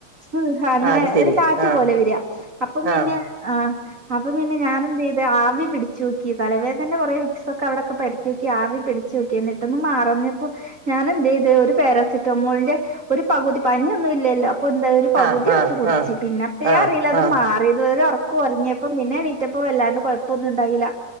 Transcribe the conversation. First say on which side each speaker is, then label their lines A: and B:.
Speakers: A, on the right; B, on the right.
A: <unintelligible> അങ്ങനെ
B: ആ അത് ശരി
A: ഒരു കാറ്റ്
B: ആ
A: പോലെ വര അപ്പം പിന്നെ
B: ആ
A: അപ്പൊ പിന്നെ ഞാനെന്ത്‌ ചെയ്ത് ആവി പിടിച്ച് നോക്കി തലവേദനേന്റെ കൊറേ വിക്സൊക്കെ അവിടൊക്കെ പെരട്ടി നോക്കി ആവി പിടിച്ച് നോക്കി എന്നിട്ടൊന്നും മാറഞ്ഞപ്പോ ഞാൻ എന്ത് ചെയ്ത് ഒരു പാരസെറ്റമോളിന്റെ ഒരു പകുതി പനിയൊന്നും ഇല്ലല്ലോ അപ്പൊ ന്താ ഒരു പകുതി
B: ആ
A: എടുത്ത്
B: ആ
A: കുടിച്ച്
B: ആ
A: പിന്നെപ്പഴാ
B: ആ
A: അറീല്ല അത്
B: ആ
A: മാറിയത് ഒരു ഒറ ഒറങ്ങിയപ്പം പിന്നെ എണീറ്റപ്പം വല്ലാണ്ട് കൊഴപ്പൊന്നും ഉണ്ടായില്ല.